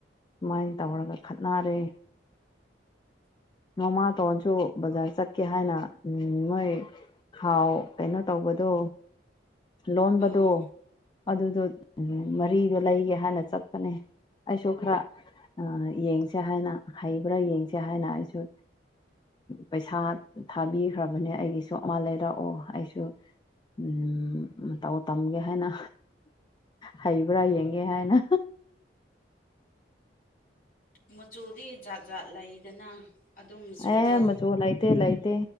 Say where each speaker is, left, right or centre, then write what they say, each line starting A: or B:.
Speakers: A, on the left; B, on the left.
A: ꯁꯨꯃꯥꯏ ꯇꯧꯔꯒ ꯈꯠꯅꯔꯦ ꯃꯃꯥꯇꯣꯟꯁꯨ ꯕꯖꯥꯔ ꯆꯠꯀꯦ ꯍꯥꯏꯅ ꯃꯣꯏ ꯍꯥꯎ ꯀꯩꯅꯣ ꯇꯧꯕ ꯄꯗꯣ ꯂꯣꯟꯕꯗꯣ
B: ꯑꯣ
A: ꯑꯗꯨꯗꯣ ꯃꯔꯤꯗ ꯂꯩꯒꯦ ꯍꯥꯏꯅ ꯆꯠꯄꯅꯦ ꯑꯩꯁꯨ ꯈꯔ ꯑꯥ ꯌꯦꯡꯁꯦ ꯍꯥꯏꯅ ꯍꯩꯕ꯭ꯔꯥ ꯌꯦꯡꯁꯦ ꯍꯥꯏꯅ ꯑꯩꯁꯨ ꯎ ꯄꯩꯁꯥ ꯊꯥꯕꯤꯈ꯭ꯔꯕꯅꯦ ꯑꯩꯒꯤꯁꯨ ꯑꯃ ꯂꯩꯔꯛꯑꯣ ꯑꯩꯁꯨ ꯎꯝ ꯃꯇꯧ ꯇꯝꯒꯦ ꯍꯥꯏꯅ ꯍꯩꯕ꯭ꯔꯥ ꯌꯦꯡꯒꯦ ꯍꯥꯏꯅ
B: ꯃꯆꯨꯗꯤ ꯖꯥꯠ ꯖꯥꯠ ꯂꯩꯗꯅ ꯑꯗꯨ ꯃꯆꯨꯗꯣ
A: ꯑꯦ ꯃꯆꯨ ꯂꯩꯇꯦ ꯂꯩꯇꯦ